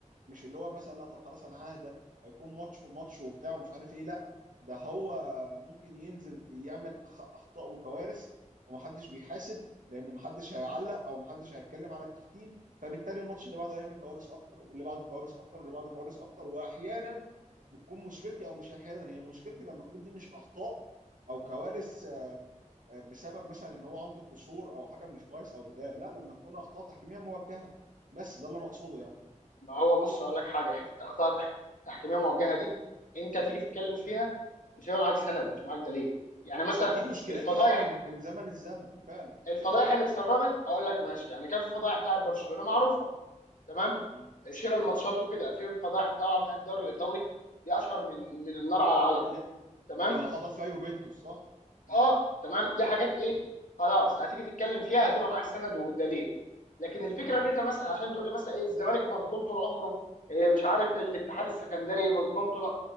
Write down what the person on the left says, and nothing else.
ما هو بص اقول لك حاجه حته اخطاء تح- تحكيميه موجهه دي انت تيجي تتكلم فيها مش هيبقى معاك سند مش معاك دليل يعني مثلا
الفضايح
الفضايح اللي اتسربت اقول لك ماشي يعني كان في فضايح بتاعه برشلونه معروفه تمام
شراء الماتشات وكده في فضايح طبعا بتاعت الدوري الايطالي دي اشهر من من النار على العلم
تمام
اه تمام دي حاجات ايه خلاص هتيجي تتكلم فيها هتبقى معاك سند ودليل لكن الفكره
ان انت مثلا عشان تقول لي مثلا ايه الزمالك مظلوم طول عمره إيه مش عارف الاتحاد السكندري مظلوم طول